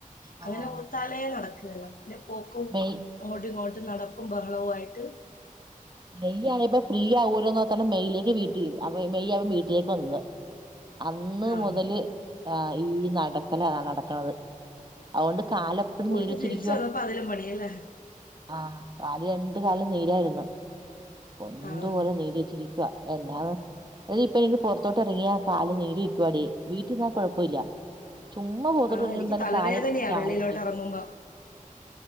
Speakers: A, on the left; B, on the right.
A: അങ്ങനെ
B: ആഹ്
A: ഓർത്താലേ നടക്കുകല്ല പിന്നെ പോക്കും
B: മെയ്
A: അങ്ങോട്ടും ഇങ്ങോട്ടും നടപ്പും ബഹളവും ആയിട്ട്.
B: മെയ് ആണെ ഇപ്പൊ ഫ്രീ ആവൂലോന്ന് ഓർത്താണ് മെയ്യിലേക്ക് വീട്ടിൽ മെയ് ആവൻ വീട്ടിലേക്ക് വന്നത്
A: <unintelligible>
B: അന്ന്
A: ആഹ്
B: മുതല് ആ ഈ നടക്കലാണ് നടക്കണത് അതുകൊണ്ട്. കാല് അപ്പടി
A: പോയിട്ട്
B: നീര് വെച്ചിരിക്കുവ.
A: തിരിച്ച് വന്നപ്പോ അതിലും പണിയല്ലേ
B: ആ, കല് രണ്ട് കാലും നീരായിരുന്നു. പന്ത്
A: ആഹ്
B: പോലെ നീര് വെച്ചിരിക്കുക എന്ന അതിൽ ഇപ്പ എനിക്ക് പുറത്തോട്ട് ഇറങ്ങിയാ കല് നീര് വെക്കുവാടി വീട്ടിൽ ഇരുന്നാ കുഴപ്പമില്ല. ചുമ്മ പുറത്തോട്ടിറങ്ങിയാലും
A: ആഹ് എനിക്ക് തലവേദനയാ
B: കാല് കായലിരിക്കും
A: വെളിയിലോട്ട് എറങ്ങുമ്പോ